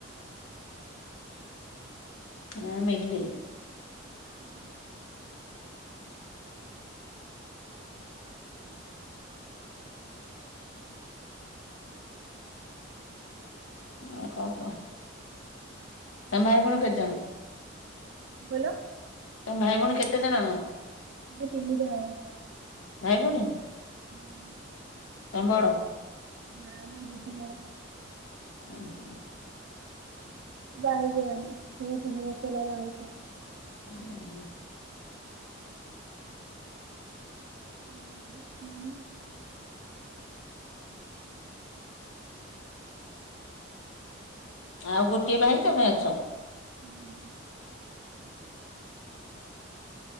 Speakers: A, on the left; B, on the right.
A: ନାଁ ମିଲି।
B: ଉହୁଁ।
A: ଆଉ କଣ କହ ତମେ ଭାଇ ଭଉଣୀ କେତେଜଣ?
B: କଣ କହିଲ?
A: ତମ ଭାଇ ଭଉଣୀ କେତେ ଜଣ?
B: ଆମେ ତିନି ଜଣ।
A: ଭାଇ ଭଉଣୀ?
B: ହୁଁ।
A: ତମ୍ ବଡ।
B: ନାଁ ମୋ ଦିଦି ବଡ।
A: <unintelligible>
B: <unintelligible>
A: <inaudible>
B: <inaudible>
A: ଆଉ ଗୋଟିଏ ଭାଇ ତମେ ଅଛ।
B: ହୁଁ <inaudible>